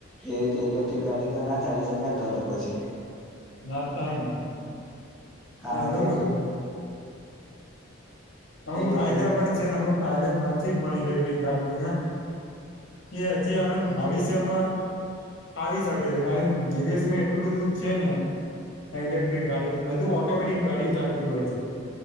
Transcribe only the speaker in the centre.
એવી રીતે ઇલેક્ટ્રિક ગાડી તો ના ચાલી શકે ને તો તો પછી
કારણ
કે જો
ઇલેક્ટ્રિક